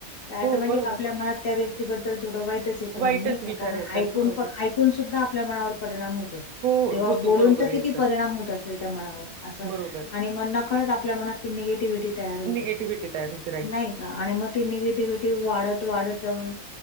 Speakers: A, on the left; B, on the right.
A: तर
B: हो
A: टोमॅटिक
B: बरोबर
A: आपल्या मनात त्या व्यक्तीबद्दल थोडं वाईटच ते तर
B: वाईटच
A: मग नाही का,
B: विचार
A: कारण
B: येतात
A: ऐकूनपण
B: बरोबर
A: ऐकून सुद्धा आपल्या मनावर परिणाम होतो.
B: हो
A: तेव्हा
B: होतो
A: बोलून
B: बरोबर
A: तर
B: आहे
A: किती
B: एकदम
A: परिणाम होत असल त्या मनावर असं.
B: बरोबर
A: आणि मग नकळत आपल्या मनात ती निगेटिव्हिटी तयार होते.
B: निगेटिव्हिटी तयार होते. राइट.
A: नाही का आणि मग ती निगेटिव्हिटी वाढत वाढत जाऊन